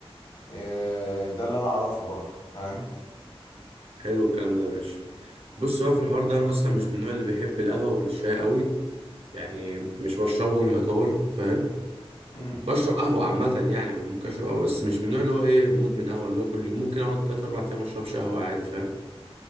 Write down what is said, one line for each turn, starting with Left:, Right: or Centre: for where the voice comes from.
Left: إيه، ده اللي أنا أعرفه برضو فاهم
Right: حلو الكلام ده يا باشا بص بقى في الحوار ده انا اصلا مش من النوع اللي بيحب القهوه والشاي قوي يعني مش بشربهم يعتبر فاهم
Left: مم.
Right: بشرب قهوة عامة يعني ممكن أشرب قهوة بس مش من النوع اللي هو إيه مدمن قهوة اللي هو كل يوم ممكن أقعد تلات أربع أيام مشربش قهوة عادي فاهم